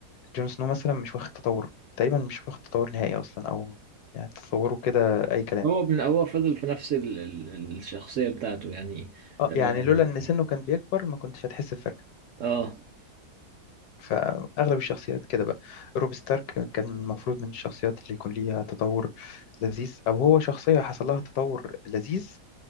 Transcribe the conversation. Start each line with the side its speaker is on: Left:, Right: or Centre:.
Left: جون سنو مثلا مش واخد تطور تقريبا مش واخد تطور نهائي اصلا او يعني تصوره كده اي كلام
Right: هو من هو فضل في نفس ال ال الشخصية بتاعته يعني
Left: اه
Right: اه
Left: يعني لولا ان سنه كان بيكبر ما كنتش هتحس بفرق
Right: آه.
Left: فأغلب الشخصيات كده بقى روب ستارك كان المفروض من الشخصيات اللي يكون ليها تطور لذيذ أو هو شخصية حصل لها تطور لذيذ